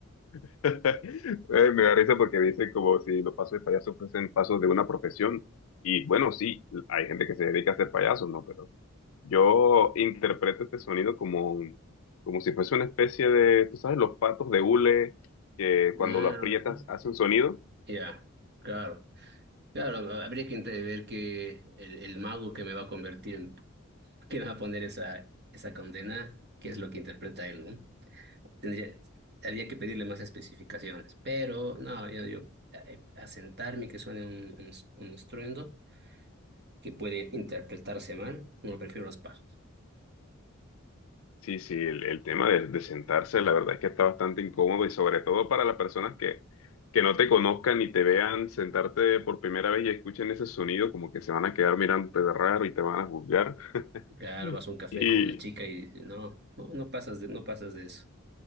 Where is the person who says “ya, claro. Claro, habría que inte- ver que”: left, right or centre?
Right